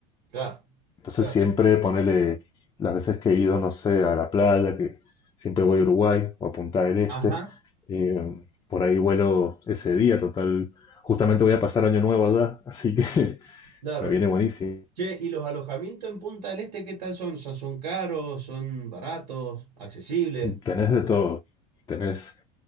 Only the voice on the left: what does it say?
Entonces
siempre ponele, las veces que he ido, no sé, a la playa, que siempre voy a Uruguay o a Punta del Este,
eh, por ahí vuelo ese día, total. Justamente voy a pasar Año Nuevo allá, así que <laughs>
me viene buenísimo.
Tenés de todo, tenés,